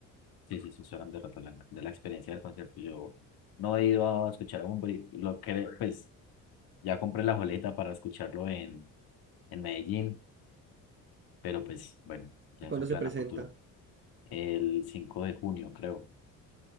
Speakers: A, on the left; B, on the right.
A: Sí, sí, sí, estoy hablando de Rata Blanca, de la experiencia del concierto. Yo no he ido a escuchar a Bunbury, lo que, pues, ya compré la boleta para escucharlo en, en Medellín. pero pues bueno, ya
B: ¿Y cuándo
A: es un
B: se
A: plan
B: presenta?
A: a futuro. El 5 de junio, creo.